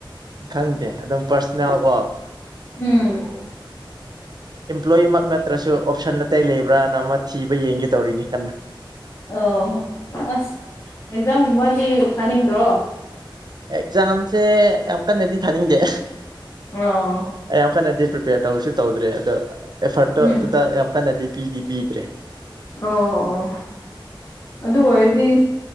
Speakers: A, on the right; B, on the left.
A: ꯈꯪꯗꯦ ꯑꯗꯨꯝ ꯄ꯭ꯔꯁꯦꯅꯦꯜꯀꯣ
B: ꯎꯝ
A: ꯑꯝꯄ꯭ꯂꯣꯌꯤꯃꯛ ꯅꯠꯇ꯭ꯔꯁꯨ ꯑꯣꯞꯁꯟ ꯑꯇꯩ ꯂꯩꯕ꯭ꯔꯥꯅ ꯑꯃ ꯊꯤꯕ ꯌꯦꯡꯒꯦ ꯇꯧꯔꯤꯅꯤ ꯀꯟꯅ
B: ꯑꯣ ꯑꯁ ꯑꯦꯛꯖꯥꯝꯒꯨꯝꯕꯗꯤ ꯊꯥꯅꯤꯡꯗ꯭ꯔꯣ
A: ꯑꯦꯛꯖꯥꯝꯁꯦ ꯌꯥꯝ ꯀꯟꯅꯗꯤ ꯊꯥꯅꯤꯡꯗꯦ
B: ꯑꯣ
A: ꯑꯩ ꯌꯥꯝ ꯀꯟꯅꯗꯤ ꯄ꯭ꯔꯤꯄꯦꯌꯔ ꯇꯧꯔꯁꯨ ꯇꯧꯗ꯭ꯔꯦ ꯑꯗꯣ ꯑꯦꯐꯔꯠꯇꯣ
B: ꯎꯝ
A: ꯑꯗꯨꯗ ꯌꯥꯝ ꯀꯟꯅꯗꯤ ꯄꯤꯗꯤ ꯄꯤꯗ꯭ꯔꯦ
B: ꯑꯣ ꯑꯣ ꯑꯗꯨ ꯑꯣꯏꯔꯗꯤ